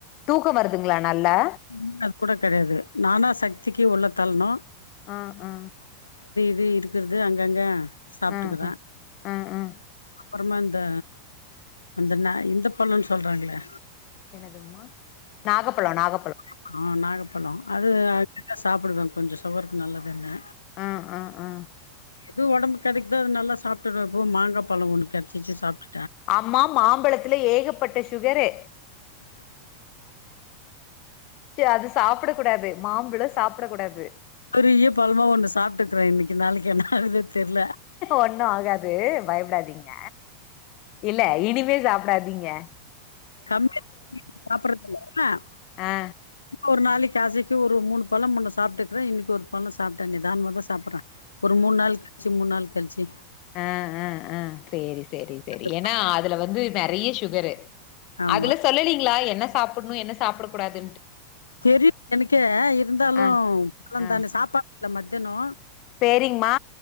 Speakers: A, on the left; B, on the left.
A: தூக்கோ வருதுங்களா நல்லா
B: இன்ன அது கூட கிடையாது நானா சக்திக்கே உள்ள தள்னு
A: அ ஆ
B: இது இருக்கிறது அங்கங்க சாப்பிட்டுக்கறோ
A: ஆ ஆ ஆ ஆ
B: அப்பறமா அந்த அந்த நா இந்த சொல்லுன்னு சொல்லறாங்களே
A: என்னதுங்மா நாகப்பழம் நாக
B: <inaudible> அ நாகப்பழோ அது அது <inaudible> சாப்பிடுவே கொஞ்ச சுகருக்கு நல்லதுன்னு
A: ஆ ஆ ஆ
B: எது உடம்பு கிடக்கிதோ அது நல்லா சாப்பிடுவ இப்போ மாங்கா பழ ஒன்னு கெடச்சிசு சாப்டு
A: அம்மா மாம்பழத்துல ஏகப்பட்ட சுகரு ச்சீ அது சாப்ட கூடாது மாம்பழம் சாப்ட கூடாது
B: பெரிய பழமா ஒண்ணு சாப்பிட்டுக்குறே இன்னைக்கு நாளைக்கு என்ன ஆகுதோ தெர்ல
A: ஒண்ணு ஆகாது பயப்படாதீங் ங்க இல்ல இனிமே சாப் படாதீங்க
B: கம்மிய <inaudible> சாப்பறது <inaudible>
A: ஆ
B: இப்ப ஒரு நாளைக் கசக்கி ஒரு மூணு பழம் முன்ன சாப்பட்டுக்குவே இன்னைக்கு ஒரு பழம் சாப்பட்ட வேண்டியதுதா அப்பப்ப சாப்படுற ஒரு மூண் நாள் கழிச்சி மூண் நாள் கழிச்சி
A: அ அ அ சேரி சேரி சேரி
B: கண்டிப்பா.
A: ஏன்னா அதுல வந்து நெறைய சுகரு
B: ஆமா.
A: அதுல சொல்லலிங்களா எ என்ன சாப்புணும் என்ன சாப்ட கூடாது
B: தெரியு எனக்கே இருந்தாலும்
A: ஆ
B: பழம்
A: ஆ
B: தானே சாப்பா இல்ல மத்தனோ
A: சேரிங்மா